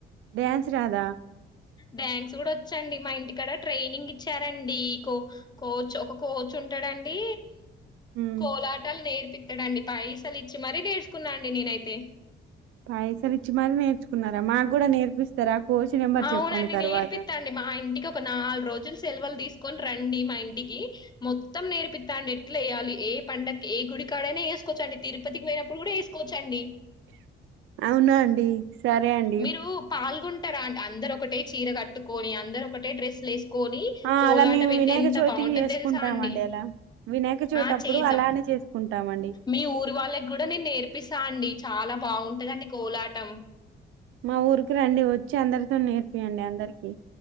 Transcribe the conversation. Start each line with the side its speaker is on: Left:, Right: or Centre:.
Right: డ్యాన్స్ రాద
Left: డ్యాన్క్స్ కూడా వచ్చండి మా ఇంటికాడ ట్రైనింగ్ ఇచ్చారండి కో కోచ్ ఒక కోచ్ ఉంటాడండి
Right: ఉమ్
Left: కోలాటాలు నేర్పిస్తాడండి పైసలు ఇచ్చి మరీ నేర్చుకున్నాండి నేనైతే
Right: పైసలు ఇచ్చి మర నేర్చుకున్నారా మాకు కూడా నేర్పిస్తారా కోచ్ నెంబర్
Left: అవునండి
Right: చెప్పండి తర్వాత
Left: నేర్పిస్తా అండి మా ఇంటికి ఒక నాలుగు రోజులు సెలవలు తీసుకొని రండి మా ఇంటికి మొత్తం నేర్పిస్తా ఎట్లు వేయాలి ఏ పండకి ఏ గుడి ఇడి కాడనేేసుకోవచ్చండి తరుతికి పోనప్పుడు కూడా వసుకోవచ్చండి
Right: అవునా అండి సరే అండి
Left: మీరు పాల్గొంటారా అంట అందరు ఒకటే చీర కట్టుకొని అందరు ఒకటే డ్రెస్లు వసు కొని
Right: ఆ
Left: కోలాటం
Right: అలా మేము
Left: అయితే
Right: వినాయక
Left: ఎంత
Right: చవితికి
Left: బాగుంటందో
Right: చేసుకుంటామండి
Left: తెలుసా అండి
Right: అలా వినాయక చవితి
Left: ఆ
Right: అప్పుడు
Left: చేద్దాం
Right: అలానే చేసుకుంటామండి
Left: మీ ఊరు వాళ్ళకి కూడా నేను నేర్పిస్తా అండి చాలా బాగుంటదండి కోలాటం
Right: మా ఊరికి రండి వచ్చి అందరితో నేర్పియంండి అందరికి